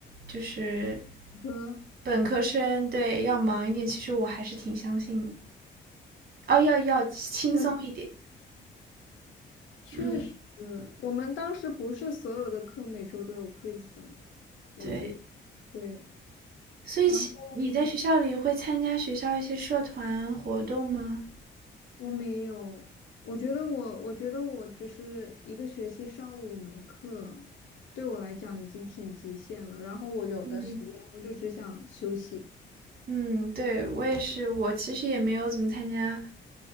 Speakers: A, on the right; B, on the left.
A: 就是
B: 哥，
A: 本科生对要忙一点，其实我还是挺相信的，哦，要要轻松一点，
B: 那确实，
A: 嗯。
B: 我们当时不是所有的课每周都有 quiz 的我记得，
A: 对，
B: 对，
A: 所以其你在学校里会参加学校一些社团活动吗？
B: 然后嗯，我没有，我觉得我，我觉得我就是一个学期上五门课，对我来讲已经挺极限了，然后我有的时间我就只想休息。
A: 嗯。嗯，对，我也是，我其实也没有怎么参加，